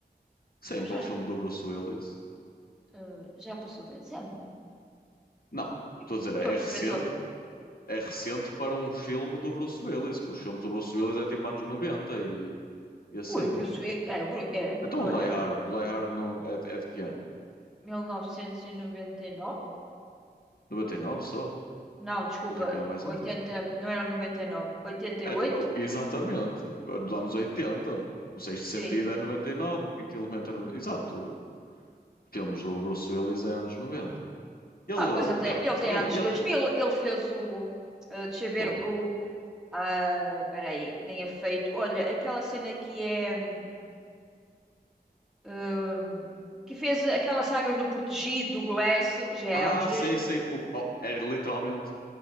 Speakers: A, on the left (about 60°); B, in the centre.
A: Sim,
B: Já,
A: para
B: já,
A: um filme
B: já,
A: do Bruce Willis.
B: eh, já passou 10 anos.
A: Não, estou a dizer,
B: Eu Não estou
A: é
B: a perceber
A: recente.
B: a tua.
A: É recente para um filme do Bruce Willis, que os filmes do Bruce Willis é tipo anos 90 e, e assim,
B: Ui, o Bruce
A: não? é?
B: Willis. É, o Bruce... é,
A: Então o Die
B: é verdade.
A: Hard, o Die Hard não, é, é de que ano?
B: 1999?
A: 99 só?
B: Não, desculpa.
A: Eu que era mais
B: 80.
A: antigo.
B: Não era 99. 88?
A: É, do- oh, exatamente. Lá nos oitenta O Sexto
B: Sim.
A: Sentido é 99, o Quinto Elemento é 90. Exato. Filmes do Bruce Willis é anos noventa Ele,
B: Ah, mas ele tem,
A: ele,
B: ele tem
A: ele,
B: anos
A: ele.
B: 2000. Ele fez o. ah, deixa eu ver
A: Qual?
B: o. Ah, espera aí. Tenha feito. Olha, aquela cena que é. hum, hum, que fez aquelas sagas do Protegido, do Glass. Já é
A: Ah,
B: anos
A: sei,
B: dois,
A: sei. O, oh, era literalmente